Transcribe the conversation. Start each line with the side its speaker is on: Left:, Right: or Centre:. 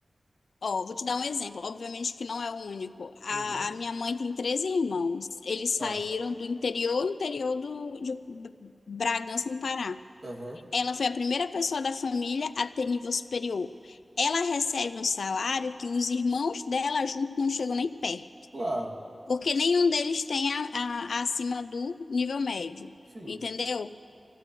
Left: Ó, vou te dar um exemplo. Obviamente que não é o único. A,
Right: Uhum.
Left: a minha mãe tem três irmãos. Eles
Right: Tá.
Left: saíram do interior, interior do, de Bragança, no Pará.
Right: Aham.
Left: Ela foi a primeira pessoa da família a ter nível superior. Ela recebe um salário que os irmãos dela juntos não chegam nem perto,
Right: Claro,
Left: porque nenhum deles tem a, a- acima do nível médio,
Right: sim.
Left: entendeu?